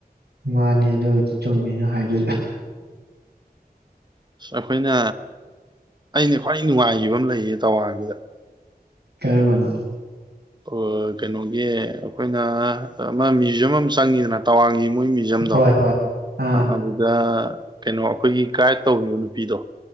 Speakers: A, on the right; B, on the right.
A: ꯃꯥꯅꯦ ꯑꯗꯨꯕꯨꯗꯤ ꯆꯨꯝꯃꯃꯦ ꯅꯪꯅ ꯍꯥꯏꯗꯨꯁꯨ
B: ꯑꯩꯈꯣꯏꯅ ꯑꯩꯅ ꯈ꯭ꯋꯥꯏ ꯅꯨꯡꯉꯥꯏꯈꯤꯕ ꯑꯃ ꯂꯩꯌꯦ ꯇꯋꯥꯡꯒꯤꯗ
A: ꯀꯦꯔꯝꯕꯅꯣ
B: ꯑꯥ ꯀꯩꯅꯣꯒꯤ ꯑꯩꯈꯣꯏꯅ ꯑꯃ ꯃ꯭ꯌꯨꯖꯌꯝ ꯑꯃ ꯆꯪꯉꯤꯗꯅ ꯇꯋꯥꯡꯉ ꯃꯣꯏ ꯃ꯭ꯌꯨꯖꯌꯝꯗꯣ
A: ꯍꯣꯏ ꯍꯣꯏ ꯑꯥ
B: ꯑꯗꯨꯗ ꯀꯩꯅꯣ ꯑꯩꯈꯣꯏꯒꯤ ꯒꯥꯏꯗ ꯇꯧꯕꯤꯕ ꯅꯨꯄꯤꯗꯣ